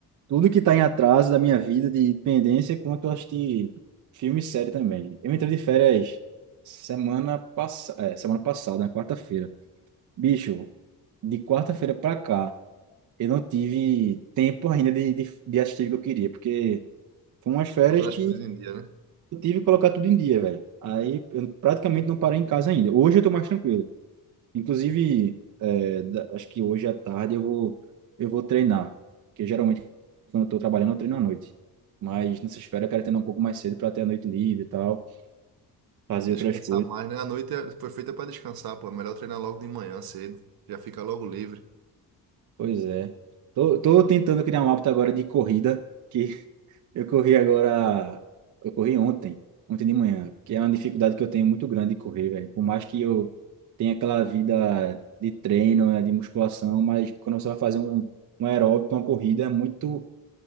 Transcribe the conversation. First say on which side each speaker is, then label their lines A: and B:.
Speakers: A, on the right (about 50°); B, on the right (about 65°).
A: tudo que tá em atraso da minha vida, de pendência, quanto eu assistir filme e série também. Eu entrei de férias semana, passa, é, semana passada, na quarta-feira. Bicho, de quarta-feira para cá, eu não tive tempo ainda de, de, de assistir o que eu queria, porque foram umas férias
B: Botando
A: que
B: as coisas em dia, né?
A: eu tive que colocar tudo em dia, velho. Aí eu praticamente não parei em casa ainda. Hoje eu tô mais tranquilo. Inclusive, é, da- acho que hoje à tarde eu vou, eu vou treinar, porque geralmente quando eu tô trabalhando eu treino à noite. Mas nessas férias eu quero treinar um pouco mais cedo para ter a noite livre e tal, fazer
B: Descansar
A: outras coisas.
B: mais, né? A noite é- foi feita pra descansar, pô. É melhor treinar logo de manhã, cedo. Já fica logo livre.
A: Pois é. Tô, tô tentando criar um hábito agora de corrida, que Eu corri agora. Eu corri ontem, ontem de manhã, que é uma dificuldade que eu tenho muito grande de correr, velho. Por mais que eu tenha aquela vida de treino, né, de musculação, mas quando você vai fazer um, um aeróbico, uma corrida, é muito,